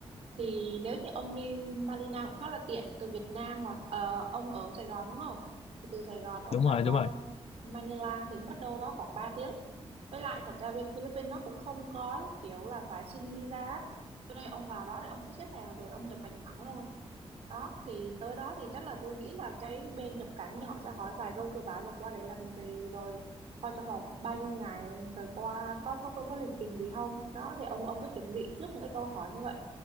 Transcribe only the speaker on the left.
đúng
rồi
đúng rồi